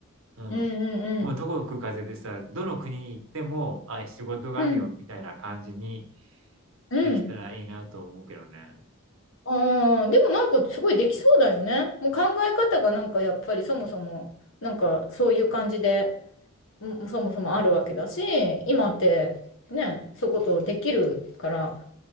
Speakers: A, on the right; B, on the left.
A: うん。
B: うん、うん、
A: もうどこ吹く風でさ、
B: うん。
A: どの国に行っても、あ、仕事があるよみたいな感じに
B: うん。うん。
A: できたらいいなと思うけどね。
B: ああ、でもなんかすごいできそうだよね。もう考え方がなんかやっぱりそもそも、なんかそういう感じで、うんそもそもあるわけだし、今ってね、そういうことできるから、